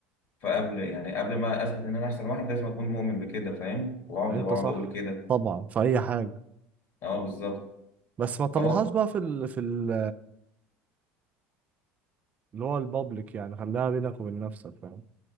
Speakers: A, on the left; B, on the right.
A: فقبل يعني قبل ما اثبت ان انا احسن واحد لازم اكون مؤمن بكده فاهم واقعد
B: انت
A: واقعد
B: صح
A: اقول كده
B: طبعا في اي حاجه
A: اه بالظبط
B: بس ما تطلعهاش
A: فهو
B: بقى في ال... في ال... اللي هو البابليك يعني خليها بينك وبين نفسك فاهم